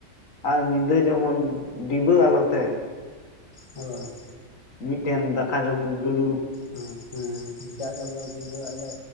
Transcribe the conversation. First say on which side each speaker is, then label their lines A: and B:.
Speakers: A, on the left; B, on the left.
A: ᱟᱨ ᱧᱤᱫᱟᱹ ᱡᱮᱢᱚᱱ ᱰᱤᱵᱟᱹ ᱟᱞᱚᱛᱮ
B: ᱦᱳᱭ᱾
A: ᱢᱤᱫᱴᱮᱱ ᱫᱟᱠᱟ ᱡᱚᱢ ᱫᱩᱞᱩᱵ᱾
B: ᱦᱚᱸ ᱦᱮᱸ ᱦᱮᱸᱪᱟᱠ ᱟᱞᱳ, ᱰᱤᱵᱟᱹ ᱟᱞᱳ᱾